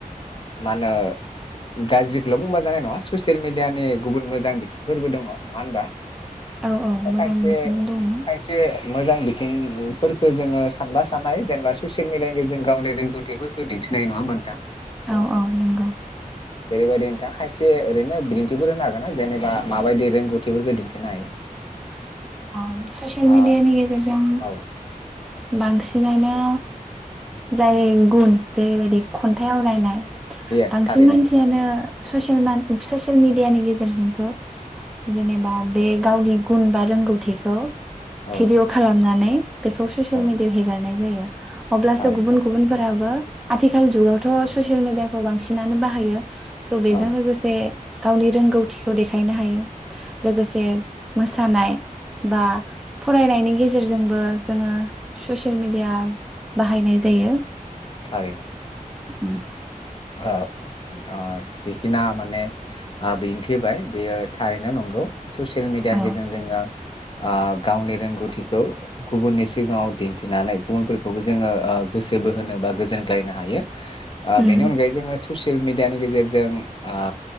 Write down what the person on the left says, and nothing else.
मा होनो गाज्रिखौल' बुंबा जानाय नङा ससियेल मिड दियानि गुबुन मोजां बिथिंफोरबो दङ नङा होमबा
खायसे
खायसे मोजां बि बिथिंफोरफोरखो जोङो सानबा साननो हायो जेनेबा ससियेल मिडियानि गेजेरजों गावनि रोंगौथिफोरखौ दिन्थिनो हायो नङा नोंथां
जेरैबायदि नोंथाङा खायसे ओरैनो बिदिन्थिफोर होनो हागोन ना जेनेबा माबायदि रोंगौथिफोरखौ दिन्थिनो हायो।
आ
औ
येस
थारैनो
औ
औ
थारैनो
औ
थारैनो
ओ ओ जिखिना माने ओ बिदिन्थि होबाय बेयो थारैनो नंगौ । ससियेल मिडियानि
गेजेरजों जोङो । ओ गावनि रोंगौथिखौ गुबुननि सिगाङाव दिन्थिनानै गुबुनफोरखौबो जोङो ओ गोसो बोहोनो बा गोजोनग्लायनो हायो ।
बेनि अनगायै जोङो ससियेल मिडियानि गेजेरजों ओ